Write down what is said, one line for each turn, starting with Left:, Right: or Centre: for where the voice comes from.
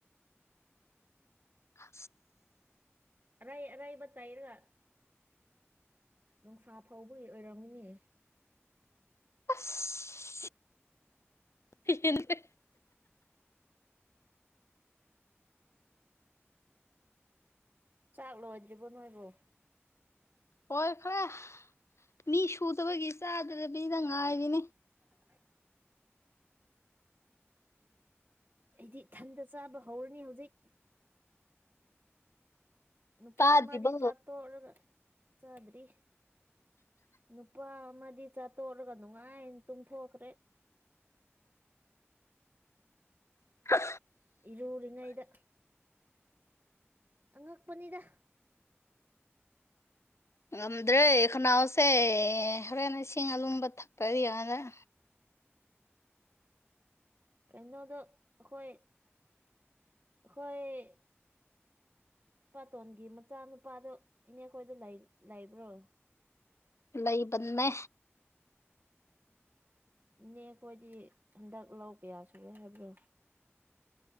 Left: ꯍ
Right: ꯑꯔꯥꯏ ꯑꯔꯥꯏꯕ ꯇꯥꯏꯔꯒ ꯅꯨꯡꯁꯥ ꯐꯥꯎꯕꯒꯤ ꯑꯣꯏꯔꯝꯒꯅꯤ
Left: <inaudible> <inaudible>
Right: ꯆꯥꯛ ꯂꯣꯏꯗ꯭ꯔꯤꯕꯣ ꯅꯣꯏꯕꯣ
Left: ꯂꯧꯏꯈꯔꯦ ꯃꯤ ꯁꯨꯗꯕꯒꯤ ꯆꯥꯗꯕꯤꯗ ꯉꯥꯏꯔꯤꯅꯤ
Right: <inaudible> ꯑꯩꯗꯤ ꯊꯟꯗ ꯆꯥꯕ ꯍꯧꯔꯅꯤ ꯍꯧꯖꯤꯛ ꯅꯨꯄꯥ
Left: ꯇꯥꯗ꯭ꯔꯤꯕꯣ
Right: ꯑꯃꯗꯤ ꯆꯥ ꯇꯣꯛꯔꯒ ꯆꯥꯗ꯭ꯔꯤ ꯅꯨꯄꯥ ꯑꯃꯗꯤ ꯆꯥꯛ ꯇꯣꯛꯂꯒ ꯅꯨꯡꯉꯥꯏꯅ ꯇꯨꯝꯊꯣꯛꯈ꯭ꯔꯦ
Left: ꯀ
Right: ꯏꯔꯨꯔꯤꯉꯩꯗ ꯑꯉꯛꯄꯅꯤꯗ
Left: ꯉꯝꯗ꯭ꯔꯦ ꯈꯅꯥꯎꯁꯦ ꯍꯣꯔꯦꯟ ꯏꯁꯤꯡ ꯑꯨꯂꯨꯝꯕ ꯊꯛꯇꯗꯤ ꯌꯥꯌꯔꯣꯏ
Right: ꯀꯩꯅꯣꯗꯣ ꯑꯩꯈꯣꯏ ꯑꯩꯈꯣꯏ ꯄꯥꯇꯣꯟꯒꯤ ꯃꯆꯥ ꯅꯨꯨꯄꯥꯗꯣ ꯏꯅꯦ ꯈꯣꯏꯗ ꯂꯩꯕ꯭ꯔꯣ
Left: ꯂꯩꯕꯅꯦ
Right: ꯏꯅꯦ ꯑꯩꯈꯣꯏꯗꯤ ꯍꯟꯗꯛ ꯂꯧ ꯀꯌꯥ ꯁꯨꯏꯦ ꯍꯥꯏꯕ꯭ꯔꯣ